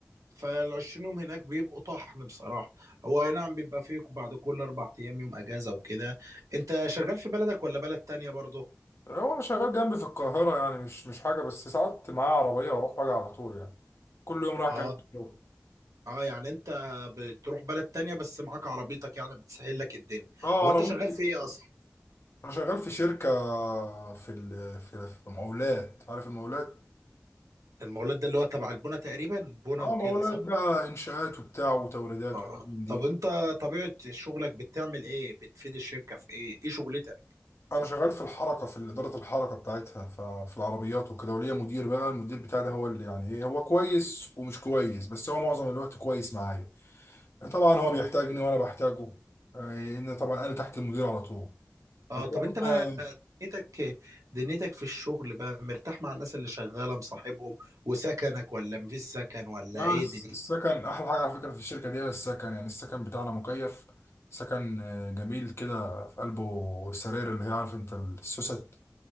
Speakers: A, on the right; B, on the left.
A: فال 20 يوم هناك بيبقوا طحن بصراحة هو أي نعم بيبقى فيه بعد كل أربع أيام يوم أجازة وكده أنت شغال في بلدك ولا بلد تانية برضه؟
B: هو انا شغال جنبي في القاهره يعني مش مش حاجه بس ساعات معايا عربيه واروح واجي على طول يعني كل يوم رايح
A: أه
B: جاي من الشغل.
A: أه يعني أنت بتروح بلد تانية بس معاك عربيتك يعني بتسهل لك الدنيا
B: اه
A: هو
B: عربيتي
A: أنت شغال في إيه أصلا؟
B: انا شغال في شركه في ال... في في مقاولات عارف المقاولات
A: المولد ده اللي هو تبع البنا تقريبا بنا
B: اه
A: وكده
B: مقاولات
A: صح؟
B: بقى انشاءات وبتاع وتوريدات
A: اه
B: وحاجات من دي
A: طب انت طبيعة شغلك بتعمل ايه بتفيد الشركة في ايه ايه شغلتك
B: انا شغال في الحركه في اداره الحركه بتاعتها ففي العربيات وكده وليا مدير بقى المدير بتاعي ده هو اللي يعني ايه هو كويس ومش كويس بس هو معظم الوقت كويس معايا يعني طبعا هو بيحتاجني وانا بحتاجه لان طبعا انا تحت المدير على طول
A: اه
B: فطبعا
A: طب انت بقى
B: أنا-
A: دنيتك دنيتك في الشغل بقى مرتاح مع الناس اللي شغالة مصاحبهم وسكنك ولا مفيش سكن ولا
B: لا
A: ايه
B: الس-
A: دنيتك
B: السكن احلى حاجه على فكره في الشركه دي هي السكن يعني السكن بتاعنا مكيف سكن آه، جميل كده في قلبه سراير اللي هي عارف انت السوست